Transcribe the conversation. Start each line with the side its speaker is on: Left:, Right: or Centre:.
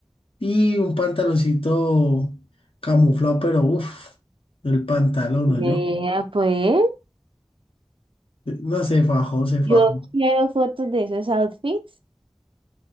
Left: y un pantaloncito camuflado, pero uff, el pantalón,
Right: Vea,
Left: yo
Right: pues.
Left: No, se fajó, se fajó.
Right: Yo quiero fotos de esos outfits.